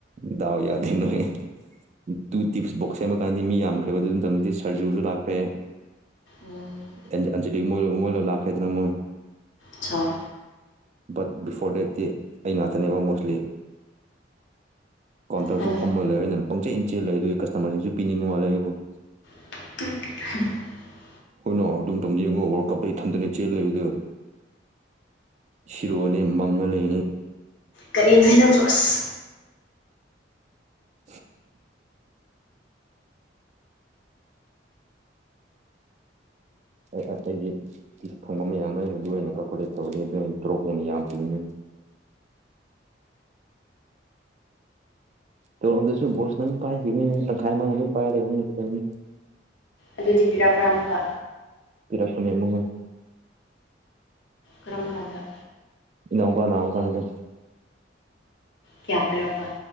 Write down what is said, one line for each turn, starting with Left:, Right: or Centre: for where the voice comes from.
Right: ꯗꯥꯎ ꯌꯥꯗꯦꯅꯣꯏ <unintelligible> ꯇꯨ ꯇꯤꯞꯁ ꯕꯣꯛꯁ ꯁꯦꯝꯃꯀꯥꯟꯗꯤ ꯃꯤ ꯌꯥꯝꯈ꯭ꯔꯦꯕ ꯑꯗꯨ ꯃꯇꯝꯗꯨꯗꯤ ꯁꯔꯖꯨꯁꯨ ꯂꯥꯛꯈ꯭ꯔꯦ
Left: ꯎꯝ
Right: ꯑꯦꯟ ꯑꯟꯖꯂꯤ ꯃꯣꯏ <unintelligible> ꯃꯣꯏꯂꯥ ꯂꯥꯛꯈ꯭ꯔꯗꯅꯥ ꯃꯣꯏ
Left: ꯆꯥ
Right: ꯕꯠ ꯕꯤꯐꯣꯔ ꯗꯦꯠꯗꯤ ꯑꯩ ꯉꯥꯛꯇꯅꯦꯕ ꯃꯣꯁꯂꯤ ꯀꯥꯎꯟꯇꯔꯁꯨ
Left: ꯅꯪ
Right: ꯐꯝꯃꯒꯂꯩ ꯑꯩꯅ ꯄꯪꯆꯦꯟ ꯆꯦꯜꯂꯩ ꯑꯗꯨꯏꯒꯤ ꯀꯁꯇꯥꯃꯔꯁꯤꯡꯁꯨ ꯄꯤꯅꯤꯡꯕ ꯃꯥꯜꯂꯦ ꯑꯩꯕꯨ
Left: <unintelligible>
Right: ꯍꯨꯅꯣ ꯑꯗꯨ ꯃꯇꯝ ꯌꯦꯡꯉꯣ ꯋꯥꯔꯜ ꯀꯞꯇꯥ ꯏꯊꯟꯇꯥꯅꯦ ꯆꯦꯜ ꯂꯩꯕꯗꯨ ꯁꯤꯔꯣꯅꯦ ꯃꯪꯉꯥ ꯂꯩꯒꯅꯤ
Left: ꯀꯔꯤꯅꯣꯍꯦ ꯅꯪꯁꯨ ꯑꯁ
Right: <unintelligible> <unintelligible> ꯑꯩ ꯑꯥ ꯑꯩꯒꯤ ꯇꯤꯄꯁ ꯐꯪꯕ ꯃꯌꯥꯝꯗꯣ ꯑꯩꯅ ꯑꯗꯨ ꯑꯣꯏꯅ ꯀꯜꯀꯣꯂꯦꯠ ꯇꯧꯔꯗꯤ ꯑꯗꯨ ꯑꯩ ꯇꯣꯂꯣꯞ ꯍꯦꯟꯅ ꯌꯥꯝ ꯄꯤꯒꯅꯤ ꯇꯣꯂꯣꯞꯗꯨꯁꯨ ꯕꯣꯁꯅ ꯃꯨꯛ ꯄꯥꯏꯈꯤꯕꯅꯤꯅꯦ ꯑꯩꯅ ꯇꯪꯈꯥꯏ ꯃꯥꯅ ꯑꯗꯨꯝ ꯄꯥꯏꯔ ꯂꯩꯕꯅꯤꯅꯦ ꯀꯩꯗꯧꯅꯤ
Left: ꯑꯗꯨꯗꯤ ꯄꯤꯔꯛꯄ꯭ꯔꯥ ꯃꯨꯛꯀꯥ?
Right: ꯄꯤꯔꯛꯄꯅꯦ ꯑꯃꯨꯛꯒꯥ
Left: ꯀꯥꯔꯝ ꯀꯥꯟꯗ?
Right: ꯏꯅꯥꯎꯟꯄ ꯅꯥꯕꯀꯟꯗ ꯗꯨ
Left: ꯀ꯭ꯌꯥ ꯄꯤꯔꯛꯄ?